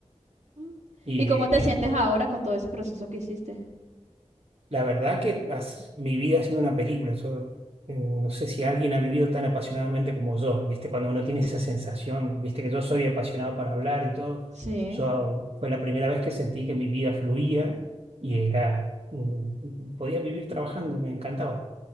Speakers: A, on the right (about 75°); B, on the right (about 60°).
A: Mm.
B: Y
A: ¿Y cómo te sientes ahora con todo ese proceso que hiciste?
B: La verdad que has- mi vida ha sido una película. Yo, eh, no sé si alguien ha vivido tan apasionadamente como yo, ¿viste? Cuando uno tiene esa sensación, ¿viste? Que yo soy apasionado para hablar y todo.
A: Sí.
B: Yo fue la primera vez que sentí que mi vida fluía y era, mm, podía vivir trabajando, me encantaba.